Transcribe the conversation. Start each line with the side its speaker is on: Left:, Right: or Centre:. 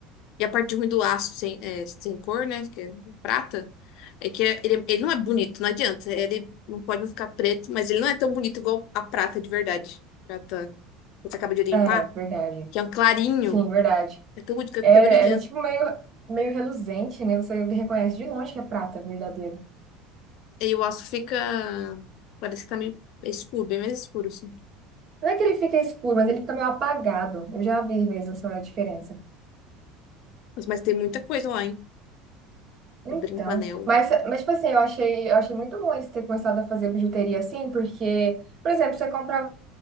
Left: E a parte ruim do aço sem, é, sem cor, né? Que é prata, é que é- ele, ele não é bonito, não adianta. Ele não pode não ficar preto, mas ele não é tão bonito igual a prata de verdade. Prata, que você acaba de limpar,
Right: É, verdade.
Left: que é um clarinho.
Right: Sim, verdade.
Left: É tão bonito, que
Right: É,
Left: fica até brilhando.
Right: ela é tipo meio, meio reluzente, né? Você reconhece de longe que é prata verdadeiro.
Left: E o aço fica. Parece que tá meio escuro, bem mais escuro, assim.
Right: Não é que ele fica escuro, mas ele fica meio apagado. Eu já vi mesmo essa diferença.
Left: Mas, mas tem muita coisa lá, hein?
Right: Então,
Left: De brinco anel.
Right: mas, mas tipo assim, eu achei, eu achei muito bom eles terem começado a fazer bijuteria assim, porque, por exemplo, você comprava